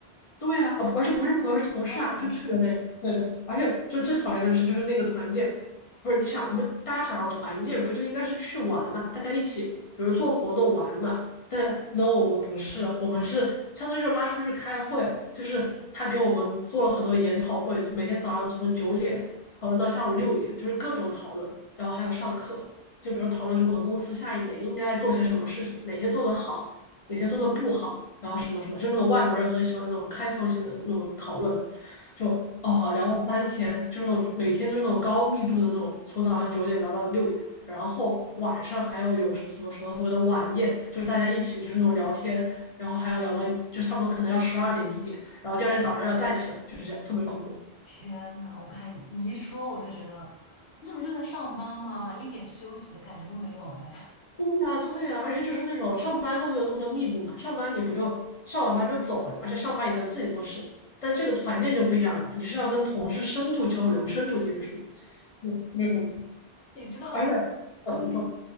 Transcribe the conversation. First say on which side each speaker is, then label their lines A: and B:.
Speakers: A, on the left; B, on the left.
A: 对呀，啊，不而且不是朋友，是同事啊，
B: 哦，同事。
A: 就特别累。对的，而且就最讨厌的是，就是那个团建，不是你想，我们大家想要团建，不就应该是去玩嘛？大家一起，比如做活动玩嘛。但 no，我们不是，我们是相当于就拉出去开会，就是他给我们做了很多研讨会，每天早上从九点讨论到下午六点，就是各种讨论，然后还有上课，就比如讨论什么公司下一年应该做些什么事情，哪些做得好。哪些做的不好，然后什么什么，就那种外国人很喜欢那种开放性的那种讨论，就哦聊了三天，就是那种每天就是那种高密度的那种，从早上九点聊到六点，然后晚上还要有什么什么所谓的晚宴，就是大家一起就是那种聊天，然后还要聊到就差不多可能要十二点一点，然后第二天早上要再起来，就是这样，特别恐怖。
B: 天呐，我看你你一说，我就觉得你怎么就在上班嘛，一点休息的感觉都没有哎。
A: 对呀，对呀，而且就是那种上班都没有那么多密度嘛，上班你不就上完班就走了嘛而且上班你在自己做事，但这个团建就不一样了，你是要跟同事深度交流、深度接触，嗯，特别恐怖。
B: <laughs> 你知道，
A: 而且，嗯，
B: 嗯，
A: 你说，